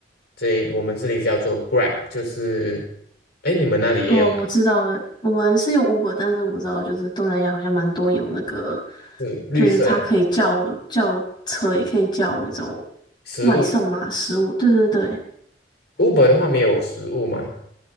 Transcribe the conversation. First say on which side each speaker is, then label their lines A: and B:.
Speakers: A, on the left; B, on the left.
A: 这我们这里叫做 Grab，就是哎你们那里也有吗？
B: 哦，我知道了，我们是用 Uber，但是我知道就是东南亚好像蛮多有那个，
A: 是绿色的
B: 就是它可以叫叫车，也可以叫那种
A: 食物。
B: 外送嘛，食物。对对对
A: Uber 的话没有食物吗？